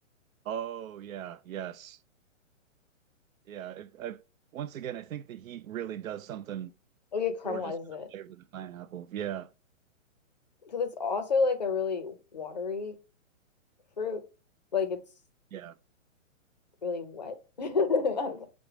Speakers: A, on the right; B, on the left.
A: Oh yeah, yes. Yeah, it, I once again, I think the heat really does something
B: Like it caramelizes
A: gorgeous to the
B: it.
A: flavor of the pineapple. Yeah.
B: Because it's also like a really watery fruit. Like it's
A: Yeah.
B: really wet. <laughs>